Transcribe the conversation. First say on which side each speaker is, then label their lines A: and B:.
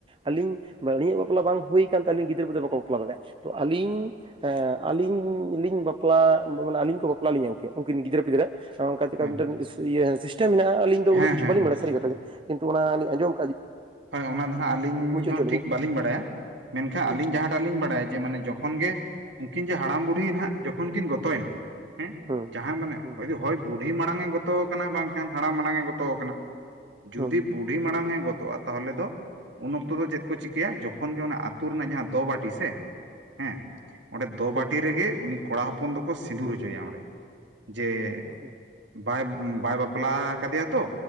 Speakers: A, on the right; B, on the right.
A: ᱟᱹᱞᱤᱧ ᱟᱹᱞᱤᱧᱟᱜ ᱵᱟᱯᱞᱟ ᱵᱟᱝ ᱦᱩᱭ ᱠᱟᱱ ᱛᱟᱞᱤᱧᱟ ᱜᱤᱫᱟᱹᱨ ᱯᱤᱫᱟᱹᱨ ᱵᱟᱠᱚ ᱵᱟᱯᱞᱟ ᱫᱟᱲᱮᱭᱟᱜᱼᱟ ᱛᱚ ᱟᱹᱞᱤᱧ ᱦᱮᱸ ᱟᱹᱞᱤᱧ ᱞᱤᱧ ᱵᱟᱯᱞᱟ ᱢᱟᱱᱮ ᱟᱹᱞᱤᱧ ᱠᱚ ᱵᱟᱯᱞᱟ ᱞᱤᱧ ᱜᱚᱝᱠᱮ ᱩᱱᱠᱤᱱ ᱜᱤᱫᱽᱨᱟᱹ ᱯᱤᱫᱽᱨᱟᱹ ᱚᱱᱠᱟ
B: ᱦᱮᱸ
A: ᱪᱮᱠᱟ ᱢᱤᱫᱴᱟᱝ ᱤᱭᱟ ᱥᱤᱥᱴᱮᱢ ᱢᱮᱱᱟᱜᱼᱟ ᱟᱞᱤᱧ ᱫᱚ
B: ᱦᱮᱸ
A: ᱩᱱᱟ. ᱜ ᱠᱤᱪᱷᱩ
B: ᱦᱮᱸ
A: ᱵᱟᱞᱤᱧ
B: ᱦᱮᱸ
A: ᱵᱟᱲᱟᱭᱟ
B: ᱦᱮᱸ
A: ᱥᱟᱹᱨᱤ ᱠᱟᱛᱷᱟ ᱜᱮ ᱠᱤᱱᱛᱩ ᱚᱱᱟ ᱞᱤᱧ ᱟᱸᱡᱚᱢᱸ
B: ᱦᱳᱭ ᱚᱱᱟ ᱫᱚ ᱦᱟᱸᱜ ᱟᱹᱞᱤᱧ ᱦᱚᱸ
A: ᱦᱚᱪᱚ
B: ᱴᱷᱤᱠ
A: ᱞᱤᱧ
B: ᱵᱟᱹᱞᱤᱧ ᱵᱟᱲᱟᱭᱟ ᱢᱮᱱᱠᱷᱟᱱ
A: ᱵᱤᱱ
B: ᱟᱹᱞᱤᱧ ᱡᱟᱦᱟᱸᱼᱼ ᱴᱟᱜ ᱞᱤᱧ ᱵᱟᱲᱟᱭᱟ ᱡᱮ ᱢᱟᱱᱮ ᱡᱚᱠᱷᱚᱱ ᱜᱮ ᱩᱱᱠᱤᱱ ᱡᱮ ᱦᱟᱲᱟᱢ ᱵᱩᱲᱦᱤ ᱱᱟᱦ ᱡᱚᱠᱷᱚᱱ ᱠᱤᱱ ᱜᱚᱛᱚᱭᱮᱱᱟᱼᱼ ᱦᱮᱸ
A: ᱦᱩᱸ ᱦᱩᱸ
B: ᱡᱟᱦᱟᱸᱭ ᱢᱟᱱᱮ
A: ᱦᱩᱸ ᱦᱩᱸ
B: ᱦᱚᱭ ᱵᱩᱰᱷᱤ ᱢᱟᱲᱟᱝ ᱮ ᱜᱚᱛᱚ ᱟᱠᱟᱱᱟ ᱵᱟᱝᱠᱷᱟᱱ ᱦᱟᱲᱟᱢ ᱢᱟᱲᱟᱝ ᱮ ᱜᱚᱛᱚ ᱟᱠᱟᱱᱟ ᱡᱩᱫᱤ
A: ᱦᱩᱸ
B: ᱵᱩᱰᱷᱤ ᱢᱟᱲᱟᱝ ᱮ ᱜᱚᱛᱚᱜᱼᱟ ᱛᱟᱦᱚᱞᱮ ᱫᱚ ᱩᱱ ᱚᱠᱛᱚ ᱫᱚ ᱪᱮᱫ ᱠᱚ ᱪᱤᱠᱟᱹᱭᱟ ᱡᱚᱠᱷᱚᱱ ᱜᱮ ᱚᱱᱟ ᱟᱹᱛᱩ ᱨᱮᱱᱟᱜ ᱡᱟᱦᱟᱸ ᱫᱚ ᱵᱟᱴ ᱴᱤ ᱥᱮ ᱦᱮᱸ ᱚᱸᱰᱮ ᱫᱚᱵᱟᱹᱴᱤ
A: ᱦᱩᱸ ᱦᱩᱸ
B: ᱨᱮᱜᱮ ᱩᱱᱤ ᱠᱚᱲᱟ ᱦᱚᱯᱚᱱ ᱫᱚᱠᱚ ᱥᱤᱸᱫᱩᱨ ᱦᱚᱪᱚᱭᱟ ᱚᱸᱰᱮ ᱡᱮ
A: ᱦᱩᱸ
B: ᱵᱟᱭ ᱵᱟᱭ ᱵᱟᱯᱞᱟ ᱠᱟᱫᱮᱭᱟ ᱛᱚ